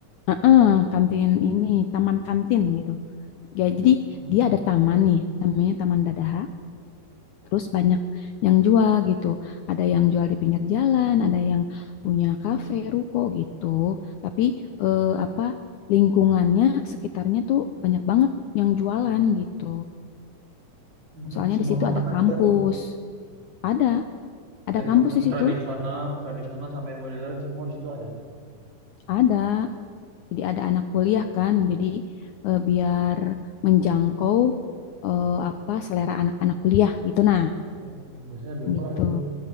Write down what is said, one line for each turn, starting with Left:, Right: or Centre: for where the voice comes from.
Left: eh, kantin ini, taman kantin gitu. Ya, jadi
Right: Hmm,
Left: dia ada taman nih, namanya Taman Dadaha. Terus banyak yang jual gitu. Ada yang jual di pinggir jalan, ada yang punya kafe, ruko gitu. Tapi eh, apa lingkungannya sekitarnya tuh banyak banget yang jualan gitu.
Right: hmm,
Left: Soalnya
Right: semua
Left: di situ
Right: makanan
Left: ada kampus.
Right: ada tuh
Left: Ada, ada
Right: dari
Left: kampus
Right: makanan
Left: di situ.
Right: tradisional tradisional sampai yang modern semua di situ ada.
Left: Ada. Jadi ada anak kuliah kan, jadi eh, biar menjangkau eh, apa selera anak-anak kuliah gitu nah,
Right: Oh, biasanya lebih murah
Left: gitu.
Right: tuh